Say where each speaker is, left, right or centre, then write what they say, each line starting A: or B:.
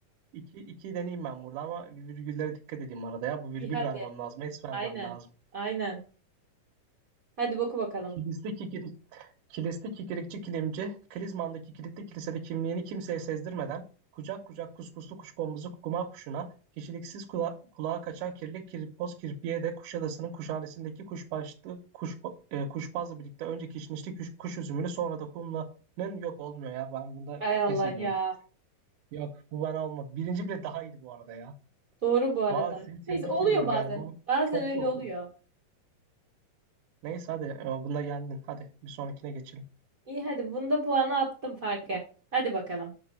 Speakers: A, on the right (about 75°); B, on the right (about 50°).
A: iki, iki deneyeyim ben burada ama virgüllere dikkat edeyim arada ya. Bu virgül
B: İyi hadi.
A: vermem lazım, es vermem
B: Aynen.
A: lazım.
B: Aynen. Hadi boku bakalım.
A: Kilisli kikirik, kilisli kikirikçi kilimci, Kilizman'daki kilitli kilisede kimliğini kimseye sezdirmeden, kucak kucak kuskuslu kuşkonmuzu kukuma kuşuna, kişiliksiz kula- kulağa kaçan kirli kirpoz kirpiye de Kuşadası'nın kuşhanesindeki kuşbaşlı, kuş, e, kuşbazla birlikte önce kişnişli kuş, kuş üzümünü sonra da kumlanın yok olmuyor ya. Ben bunda
B: Ay Allah
A: pes ediyorum.
B: ya.
A: Yok bu bana olmadı. Birinci bile daha iyiydi bu arada ya.
B: Doğru bu arada.
A: Var seni tebrik
B: Neyse oluyor
A: ediyorum
B: bazen.
A: yani bu
B: Bazen
A: çok
B: öyle
A: iyi okudum.
B: oluyor.
A: Neyse hadi e, bunda yendin. Hadi bir sonrakine geçelim.
B: İyi hadi bunda puanı attım farkı. Hadi bakalım.